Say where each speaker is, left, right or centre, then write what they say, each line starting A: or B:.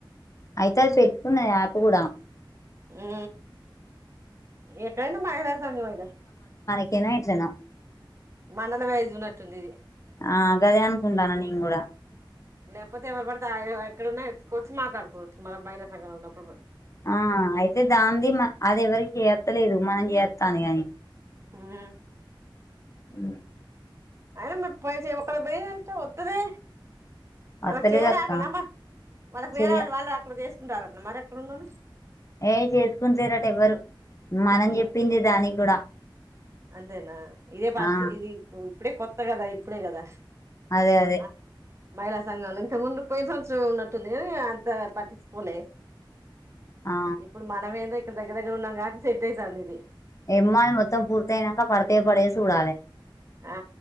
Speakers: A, on the left; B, on the right.
A: అయితే అది పెట్టుకున్న ఆకు కూడా
B: ఆ ఎక్కడైనా మహిళా సంఘంలుగా
A: ఒకే నా ఇట్లానా
B: మండల వెజు ఉన్నట్టుందిది
A: ఆ గదియానకుంటన్నా నిను కూడా
B: లేకపోతే ఎవరు పడితే వాళ్ళు ఎక్కడన్నా ఎత్తుకొవచచ్చ్ మాట్లాడుకోవచ్చు మనం మహిళా సంఘాల లొఉన్నప్పుడుమె
A: ఆ అయితే దానిదీ అది ఎవరికి చేప్తాలేదు మనం చేత్తాంది కాని
B: హ్మ్
A: ఉ
B: అయినా పెస్ వినపడుంద్ద ఎంటి వత్తాది
A: వత్తలేదు
B: వాళ్ళు చేరాకనా
A: అక్క
B: వాళ్ళకి
A: చెయ
B: వేరెవాళ్ళు వాళ్ళ రాకుడడా చేసి దొరకన్నరుఎక్కడన్నారు
A: ఏ చేసుకుంటారట ఎవ్వరు మనం
B: ఉమ్,
A: చెప్పింది దానికి కూడా
B: అంతేనా ఇదే పాస్ట్ఇది
A: ఆ
B: ఇప్పుడే కొత్త అంతే కదా ఇప్పుడే కదా
A: అదే అదే
B: ఆ, మహిళా సంఘంలో ఇంతకు ముందు పోయిన సంవత్సరం ఉన్నట్టుంది కదా అంత పట్టించుకోలే
A: ఆ
B: ఇప్పుడు మనం ఏదే దగ్గర దగ్గర ఉన్నాం కాబట్టి సెట్ అయితాంది ఇది
A: ఎమ్మాన వ్రతం పూర్తాయినాక పడతాయ పడవొ చూడాలి
B: ఆ